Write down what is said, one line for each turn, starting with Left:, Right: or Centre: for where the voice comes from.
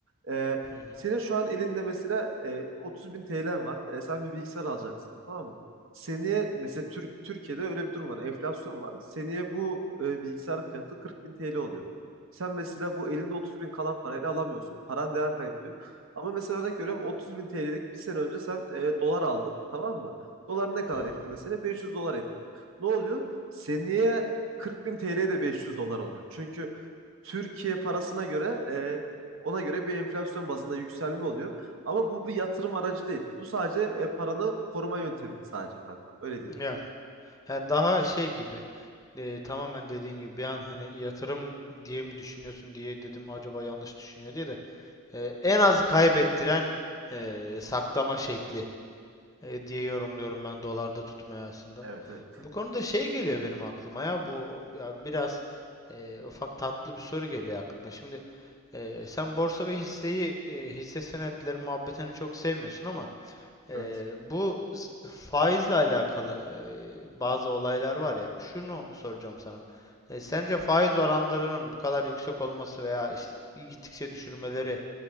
Right: E,
Left: Hı hı.
Right: senin şu an elinde mesela e, 30 bin TL'n var. E, sen bir bilgisayar alacaksın. Tamam mı? Seneye mesela Türk, Türkiye'de öyle bir durum var. Enflasyon var. Seneye bu e, bilgisayarın fiyatı 40 bin TL oluyor. Sen mesela bu elinde 30 bin kalan parayla alamıyorsun. Paran değer kaybediyor. Ama mesela örnek veriyorum 30 bin TL'lik bir sene önce sen e, dolar aldın. Tamam mı? Dolar ne kadar
Left: Hı hı.
Right: etti mesela? 500 dolar etti. Ne oluyor? Seneye 40 bin TL de 500 dolar oluyor. Çünkü Türkiye parasına göre e, ona göre bir enflasyon bazında yükselme oluyor. Ama bu bir yatırım aracı değil. Bu sadece e, paranı koruma yöntemi sadece kankam. Öyle değil.
Left: Yani he, daha şey gibi e, tamamen dediğin gibi bir an hani yatırım diye mi düşünüyorsun diye dedim acaba yanlış düşünüyor diye de E, en az kaybettiren e, saklama şekli. e, diye yorumluyorum ben dolarda tutmaya aslında.
Right: Evet evet.
Left: Bu konuda şey geliyor benim aklıma ya bu ya biraz e, ufak tatlı bir soru geliyor aklıma. Şimdi e, sen borsa ve hisseyi e, hisse senetleri muhabbetini çok sevmiyorsun ama e,
Right: Evet.
Left: bu z- faizle alakalı e, bazı olaylar var ya. Şunu soracağım sana. E, sence faiz oranlarının bu kadar yüksek olması veya işte gittikçe düşürmeleri